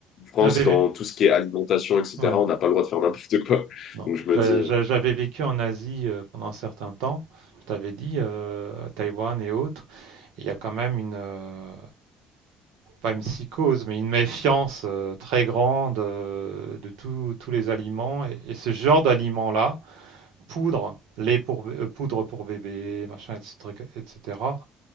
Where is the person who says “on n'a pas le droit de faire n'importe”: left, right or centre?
Left